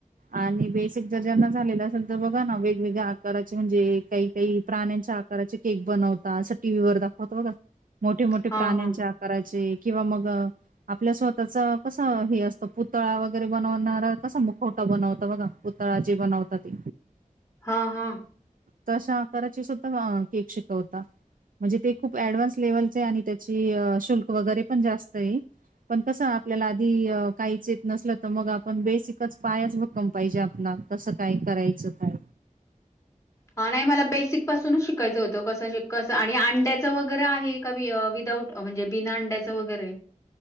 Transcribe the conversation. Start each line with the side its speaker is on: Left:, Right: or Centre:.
Right: आणि बेसिक जर ज्यांना झालेलं असेल तर बघा ना वेगवेगळ्या आकाराचे म्हणजे काही काही प्राण्यांच्या आकाराचे केक बनवता असं टीव्ही वर दाखवत बघा मोठे मोठे
Left: हा
Right: प्राण्यांच्या
Left: हा
Right: आकाराचे किंवा मग आपल्या स्वतःचा कसा हे असत पुतळा वगैरे बनवणारा कसा मुखवटा बनवतो बघा पुतळा जे बनवतात ते
Left: हा हा
Right: तशा आकाराची सुद्धा केक शिकवता म्हणजे ते खूप ऍडव्हान्स लेव्हलचे आणि त्याची शुल्क वगैरे पण जास्त आहे पण कसा आहे आधी काहीच येत नसलं तर मग आपण बेसिकच पायाच भक्कम असला पाहिजे आपला तसं काय करायचं काय
Left: ह नाही मला बेसिक पासूनच शिकायचं होतं कसं श कसं आणि अंड्याचं वगैरे आहे का विदाऊट म्हणजे बिना अंड्याचं वगैरे